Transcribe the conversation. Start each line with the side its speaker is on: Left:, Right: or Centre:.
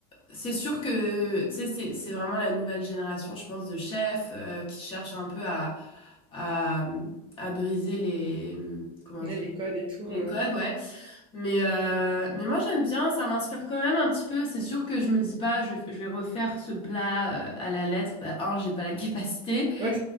Left: c'est sûr que tu sais, c'est c'est vraiment la nouvelle génération, je pense, de chefs euh, qui cherchent un peu à, à, à briser les comment
Right: Ouais,
Left: dire
Right: les codes et tout,
Left: les
Right: heu,
Left: codes, ouais. Mais euh, mais moi j'aime bien, ça m'inspire quand même un petit peu. C'est sûr que je me dis pas, je, je vais refaire ce plat euh, à la lettre. Bah, un, j'ai pas la capacité.
Right: ouais,